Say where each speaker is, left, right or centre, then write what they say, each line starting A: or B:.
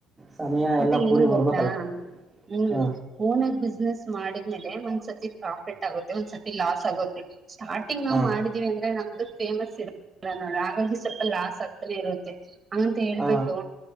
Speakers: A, on the right; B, on the right.
A: ಸಮಯ
B: ಮತ್ತೆ
A: ಎಲ್ಲ ಕೂಡಿ
B: ಏನ್
A: ಬರ್ಬೇಕಲ್ಲ
B: ಗೊತ್ತಾ ಹ್ಮ್
A: ಹ
B: ಓನಾಗ ಬಿಸ್ನೆಸ್ ಮಾಡಿದ್ಮೇಲೆ ಒಂದು ಸತಿಪ್ರಾಫಿಟ್ ಆಗುತ್ತೆಒಂದಸತಿಲಾಸ್ ಆಗುತ್ತೆ ಸ್ಟಾರ್ಟಿಂಗ್ ನಾವ್
A: ಹ
B: ಮಾಡಿದೀವಿ ಅಂದ್ರೆ ನಮ್ದು ಫೇಮಸ್ ಇರಲ್ಲ ನೋಡ ಹಾಗಾಗಿ ಸ್ವಲ್ಪ ಲಾಸ್ ಆಗ್ತಾನೆ ಇರುತ್ತೆ ಹಂಗಂತ ಹೇಳ್ಬಿಟ್ಟು
A: ಹ